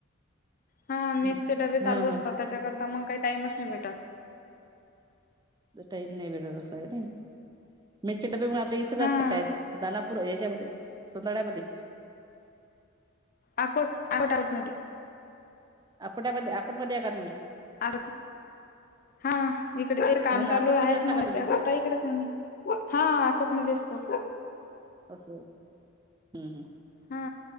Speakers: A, on the left; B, on the right.
A: हा मेसचे
B: हं.
A: डबे
B: हां
A: चालू असतात
B: हां.
A: त्याच्याकरता मग काही टाइमच नाही भेटत.
B: त टाईम नाही भेटत तसा आहे नाही मेसचे डबे. आपलं इथं जात
A: हा.
B: काय दानापूर याच्यामध्ये सोनळ्यामध्ये
A: अकोट अकोट मध्ये
B: अकोटामध्ये अकोटमध्येे का तुम्ही.
A: आ हा इकडे ते काम
B: हो ना
A: चालू
B: अकोटमध्ये
A: आहे
B: असता
A: मगता
B: का तुम्ही?
A: इकडेच मी हा अकोटमध्येध्ये असतो.
B: असं हम्म्
A: हा